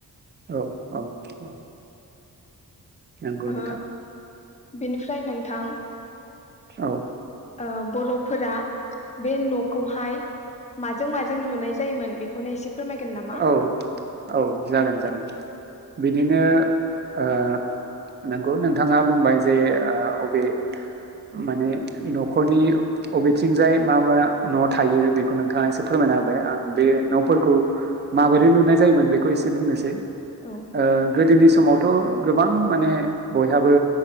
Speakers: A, on the right; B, on the left.
A: औ औ औ नंगौ
B: ओ
A: नोंथां
B: बेनिफ्राय नोंथां
A: औ
B: ओ बर'फोरा बे न'खौहाय माजों माजों लुनाय जायोमोन बेखौनो एसे फोरमायगोन नामा?
A: औ औ जागोन जागोन बिदिनो ओ नंगौ नोंथाङा बुंबाय जे अबे माने न'खरनि अबेथिंजाय मा मा न' थायो बेखौ नोंथाङा एसे फोर मायना होबाय आं बे न'फोरखौ माबोरै लुनाय जायोमोन बेखौ एसे बुंनोसै
B: औ
A: ओ गोदोनि समावथ' गोबां माने बयहाबो